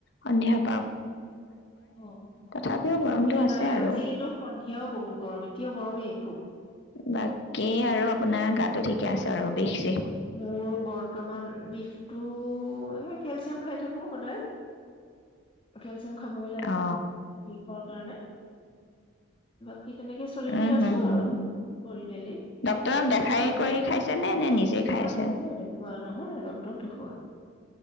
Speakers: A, on the left; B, on the left.
A: সন্ধিয়া প
B: অ' অকমানতে,
A: তথাপিও গৰমটো
B: কিন্তু
A: আছে
B: নাই
A: আৰু
B: আজি কিন্তু সন্ধিয়াও বহুত গৰম এতিয়া গৰমেই। খুব।
A: বাকী আৰু আপোনাৰ গাটো ঠিকে আছে আৰু বিচ
B: মোৰ বৰ্তমান বিষটো হে কেলচিয়াম খাই থাকো সদায়, কেল য়াম খাবই লাগে,
A: অ
B: বিষৰ কাৰণে। <inaudible> চলি ফিৰি
A: উম
B: আছো
A: হম হম
B: আৰু
A: হম।
B: কৰি মেলি
A: ডক্তৰক দেখাই
B: অ
A: কৰি খাইছে নে নিজে খাই
B: অ
A: আছে
B: দেখুওৱা দেখুওৱা নহয় নহয় ড্ক্তৰক দেখুওৱা।